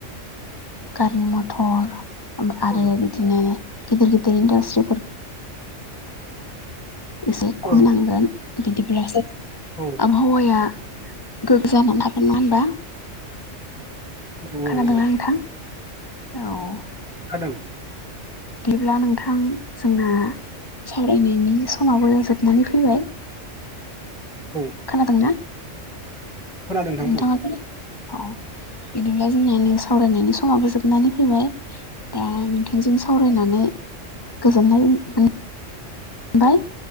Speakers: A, on the left; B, in the centre.
A: गारि मथर आरो।
B: औ
A: बिदिनो गिदिर गिदिर इनडाष्ट्रिफोर। एसे
B: औ
A: खम नांगोन बिदिब्लासो।
B: औ
A: आबहावाया गोग्गो जानानै थागोन। नङा होनबा
B: औ
A: खोनादोंना
B: औ
A: नोंथां औ
B: खोनादों
A: बिब्ला नोंथां जोंना। सावरायनायनि समाबो जोबनानै फैबाय।
B: औ।
A: खोनादों ना।
B: खोनादों नोंथां
A: नोंथांआबो
B: बुं
A: अ बिदिब्ला जोंना नै सावरायनायनि समाबो जोबनानै फैबाय। दा नोंथांजों सावरायनानै गोजोननाय मोनबाय।